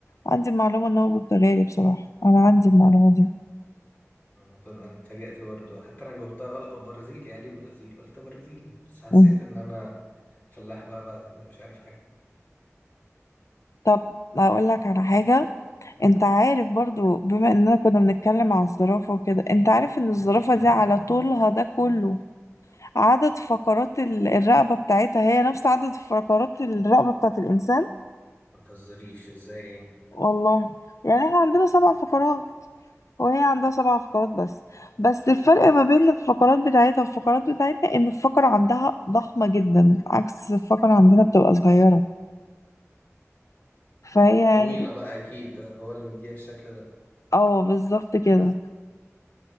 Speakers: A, on the left; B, on the left.
A: عندي المعلومة ان هو برتغالي بصراحة انا عندي المعلومة دي
B: انا كنت انا اتفاجأت برضه حتى انا جاوبتها غلط برازيلي قال لي برازيل قلت برازيلي بس حسيت
A: مم.
B: ان انا فلاح بقى بعد كده مش عارف حاجه
A: طب اقول لك على حاجة انت عارف برضو بما اننا كنا بنتكلم على الزرافة وكده انت عارف ان الزرافة دي على طولها ده كله عدد فقرات ال- الرقبة بتاعتها هي نفس عدد فقرات الرقبة بتاعت الانسان
B: ما تهزريش ازاي يعني
A: والله يعني احنا عندنا سبع فقرات هو هي عندها سبع فقرات بس بس الفرق ما بين الفقرات بتاعتها والفقرات بتاعتنا ان الفقرة عندها ضخمة جدا عكس الفقرة عندنا بتبقى صغيرة فهي يعني
B: طويله بقى اكيد هو اللي مديها الشكل ده
A: اه بالظبط كده